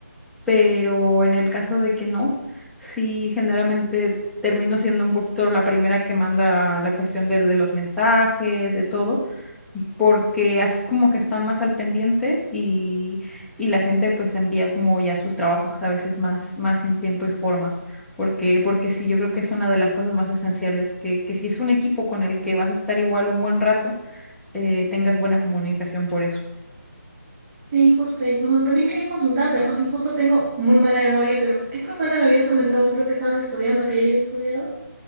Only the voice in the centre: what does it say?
pero en el caso de que no, sí generalmente termino siendo un poquito la primera que manda la cuestión de, de los mensajes, de todo, porque así como que están más al pendiente y, y la gente pues envía como ya sus trabajos a veces más, más sin tiempo y forma, porque, porque sí, yo creo que es una de las cosas más esenciales, que, que si es un equipo con el que vas a estar igual un buen rato, eh, tengas buena comunicación por eso.